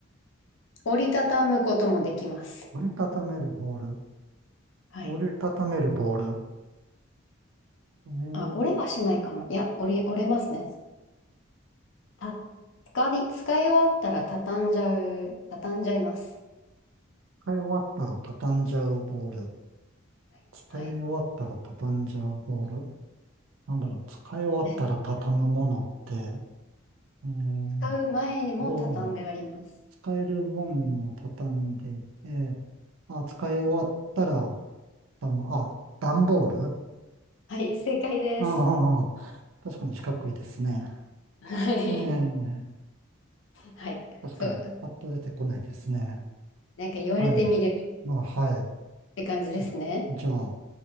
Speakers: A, on the left; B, on the right.
A: 折りたたむこともできます。
B: 折りたためるボール。
A: はい。
B: 折りたためるボール。えー、
A: あ、折れはしないかな。いや、折り、折れますね。た、使い、使い終わったら畳んじゃう、畳んじゃいます。
B: 使い終わったら畳んじゃうボール。
A: はい。
B: 使い終わったら畳んじゃうボール。
A: はい
B: なんだろう、使い終わったら畳むものって、
A: <laughs>
B: えー、
A: 使う前も畳んであります。
B: どう、使えるもんも畳んでいて、あ、使い終わったら、ダンあ、段ボール
A: はい、正解です。
B: ああ、確かに四角いですね。
A: はい。
B: ええ、
A: はい。
B: 確かに、
A: そう。
B: パッと出てこないですね。
A: なんか言われてみればっ
B: はい。まあ、はい。
A: て感じですね。
B: じゃ、じゃあ、